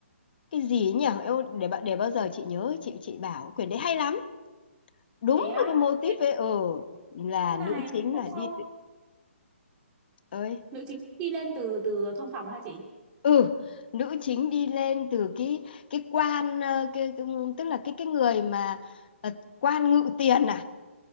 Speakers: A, on the left (about 45°); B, on the right (about 15°).
A: cái gì ấy nhỉ Eo, để bạn để bao giờ chị nhớ chị chị bảo quyển đấy hay lắm đúng
B: thế
A: với
B: á,
A: cái mô típ
B: thế,
A: ấy ừ là
B: thế này
A: nữ chính
B: thế hôm
A: là đi
B: sau
A: tự- ơi
B: nữ chính đi lên từ từ thông phòng hả chị
A: ừ nữ chính đi lên từ cái cái quan ờ, cái, cái- tức là cái cái người mà ờ, quan ngự tiền à